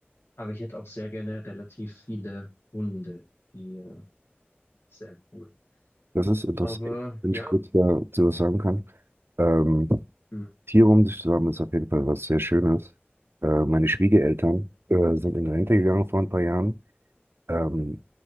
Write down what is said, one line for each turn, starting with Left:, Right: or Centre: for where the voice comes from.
Left: aber ich hätte auch sehr gerne relativ viele Hunde. Die äh, ist sehr cool.
Right: Das ist interessant,
Left: Aber
Right: wenn
Left: ja.
Right: ich kurz dazu was sagen kann. Ähm,
Left: Hm.
Right: Tiere um sich zu haben, ist auf jeden Fall was sehr Schönes. Äh, meine Schwiegereltern äh, sind in Rente gegangen vor ein paar Jahren. Ähm,